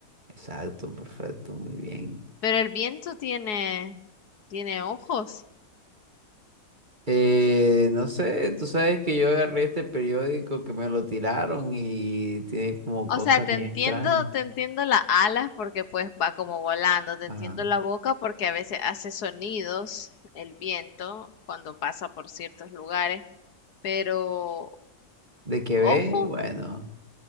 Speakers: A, on the right; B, on the left.
A: Exacto, perfecto, muy bien.
B: pero el viento tiene, tiene ojos.
A: Eh, no sé, tú sabes que yo agarré este periódico que me lo tiraron y tiene como
B: O
A: cosas
B: sea, te
A: bien
B: entiendo,
A: extrañas.
B: te entiendo las alas porque pues va como volando, te
A: Ajá.
B: entiendo la boca porque a veces hace sonidos el viento cuando pasa por ciertos lugares. pero
A: De que
B: ojo,
A: ve, bueno,